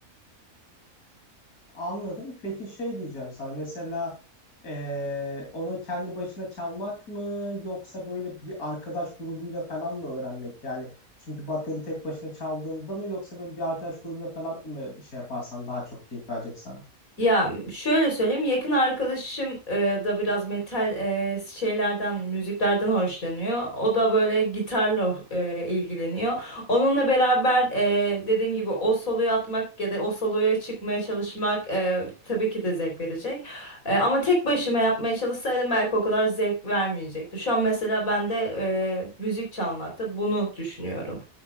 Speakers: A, on the left; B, on the left.
A: Anladım. Peki şey diyeceğim sana. Mesela eee, onu kendi başına çalmak mı yoksa böyle bir arkadaş grubuyla falan mı öğrenmek? Yani çünkü bateri tek başına çaldığında mı yoksa böyle bir arkadaş grubuyla falan mı şey yaparsan daha çok keyif verecek sana?
B: Ya şöyle söyleyeyim, yakın arkadaşım e, da biraz metal e, şeylerden, müziklerden hoşlanıyor. O da böyle gitarla e, ilgileniyor. Onunla beraber e, dediğim gibi o soloyu atmak ya da o soloya çıkmaya çalışmak e, tabii ki de zevk verecek. E, ama tek başıma yapmaya çalışsaydım belki o kadar zevk vermeyecekti. Şu an mesela ben de e, müzik çalmakta bunu düşünüyorum.